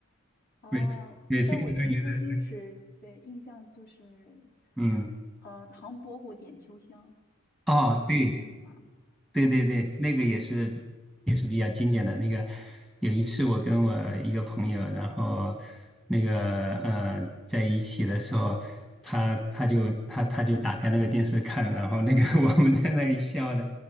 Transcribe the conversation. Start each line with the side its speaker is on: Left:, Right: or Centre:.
Left: <laughs> 啊，
Centre: 每每次看都觉得，
Left: 但我对周星驰的印象就是，
Centre: 嗯，
Left: 呃，《唐伯虎点秋香》，
Centre: 哦，
Left: 如果经典的话，
Centre: 对，对对对，
Left: 对
Centre: 那个也是也是比较经典的。那个有一次我跟我一个朋友，然后那个呃在一起的时候，他他就他他就打开那个电视看，然后那个 <laughs> 我们在那里笑的，